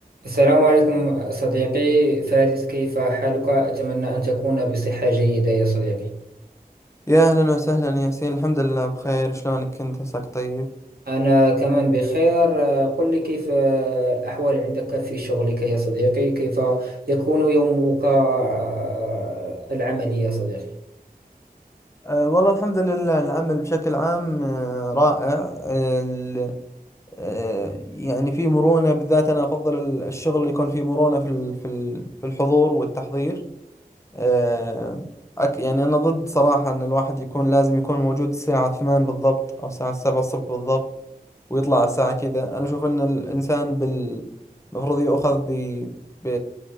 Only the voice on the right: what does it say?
السلام عليكم صديقي فارس كيف حالك؟ أتمنى أن تكون بصحة جيدة يا صديقي
أنا كمان بخير آه، قل لي كيف آه، الأحوال عندك في شغلك يا صديقي كيف يكون يومك آه، العملي يا صديقي